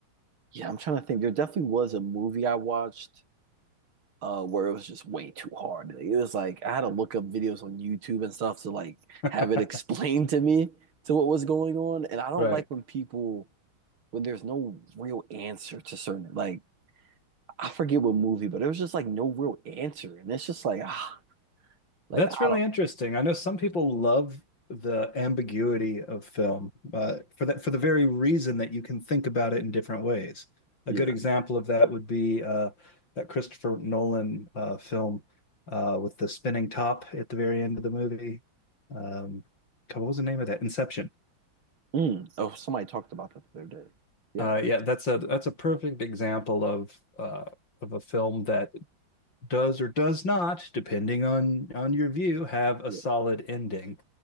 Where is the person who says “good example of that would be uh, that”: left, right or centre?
Left